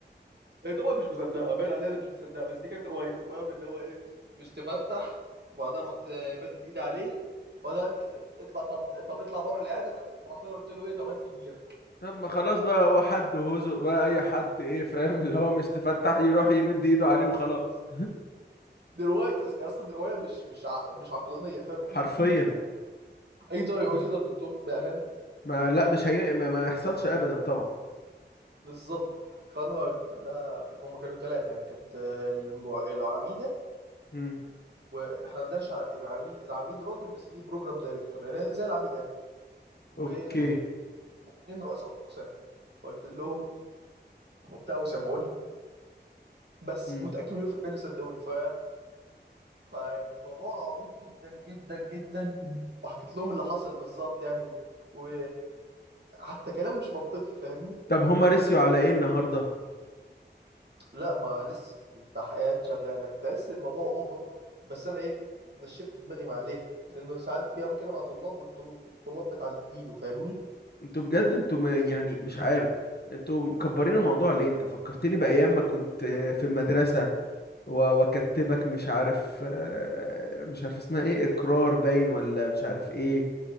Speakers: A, on the right; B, on the left.
A: هي طبعا مش مصدقه باين عليها إنها مش مصدقه بس دي كانت روايته فاهم ان هو ايه مش تفتح وبعدها رحت آه، مدت ايدي عليه بعدها قالت لي اطلع طب طب اطلع بره العياده طب- فرحت له قلت له ايه طب هات لي كبيره
B: طب ما خلاص بقى هو حد وهزق بقى اي حد ايه فاهم <laughs> اللي هو مش تفتح يروح يمد ايده عليه وخلاص
A: دي روايه أص- اصلا دي روايه مش مش ع... مش عقلانيه فاهم في
B: حرفيا
A: في اي طالب يقول كده للدكتور بامانه
B: ما لا مش هي ما ما يحصلش ابدا طبعا
A: بالظبط فانا قلت لها هم كانوا ثلاثه يعني كانت آه، المع... العميده
B: مم.
A: واحنا ما عندناش ع- عميد العميد راجل بس دي بروجرام دايركتور يعني زي العميده يعني واثنين
B: اوكي
A: رؤساء اقسام فقلت لهم وبتاع وسمعوني بس
B: مم.
A: متأكد مليون في المية إن صدقوني ف فيعني موضوع عبيط جدا جدا جدا وحكيت لهم اللي حصل بالظبط يعني و... و... حتى كلام مش منطقي فاهمني
B: طب هما رسيوا على ايه النهارده
A: لا ما لسه التحقيقات شغاله انا تحس الموضوع اوفر بس انا ايه نشفت دماغي مع ليه لانه ساعات بيعمل كده مع طلاب والطلاب بتعديله فاهمني
B: انتوا بجد انتوا ما- يعني مش عارف انتوا مكبرين الموضوع ليه انت فكرتني بايام ما كنت في المدرسه و- واكتبك مش عارف آه، مش عارف اسمها ايه اقرار باين ولا مش عارف ايه